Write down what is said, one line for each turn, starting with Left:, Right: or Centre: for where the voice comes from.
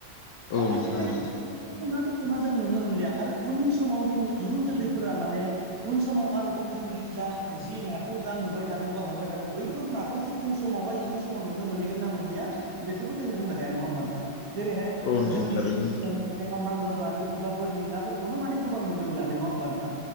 Left: औ
Right: दा खायसे-खायसे
Left: नोंथां नंगौ
Right: खायसे-खायसे नाफोर खौबो जों नुनो मोनलिया आरो उननि समाव जोंनि इयुन जोलैफोरा माने उन समाव आरोबाव जोंदि जा जि नाख खौ जा नुबाय थादों बा हमबाय थादों बैफोर नाखौ जे उन समाव बा इयुन समाव नुनो मोनहैगोन ना मोनहैया बेखौबो जों बुंनो हाया नङा होमबा नोंथां जेरैहाय
Left: औ नंगौ
Right: जों दिन
Left: थारैनो नोंथां
Right: <unintelligible> बान्दर बामि एबा बोरलि नाफोरखौनो माने गोबां नुनो मोनाखै नङा होमबा नोंथां।